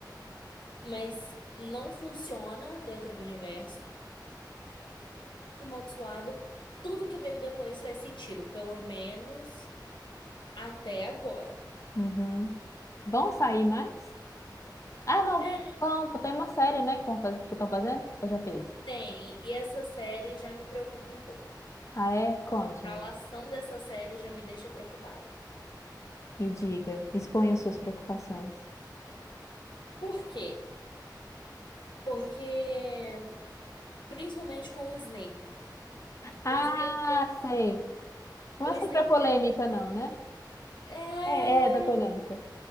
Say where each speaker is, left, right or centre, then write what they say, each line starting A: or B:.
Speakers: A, on the left (about 85°); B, on the left (about 40°).
A: mas não funciona dentro do universo. amaldiçoada. Tudo que veio depois faz sentido, pelo menos até agora.
B: uhum. Vão sair mais? Ah, não.
A: É,
B: Bom, tem uma série, né, que vão faz- que estão fazendo? Eu já fiz.
A: tem. E essa série já me preocupa um pouco.
B: Ah, é? Conte-me.
A: A lação dessa série já me deixa preocupada.
B: Me diga. Exponha suas preocupações.
A: Por quê? Porque, principalmente com o Snape.
B: Ah,
A: O Snape,
B: sei. Não
A: o
B: é sobre
A: Snape,
B: a polêmica, não, né?
A: é...
B: É, é da polêmica.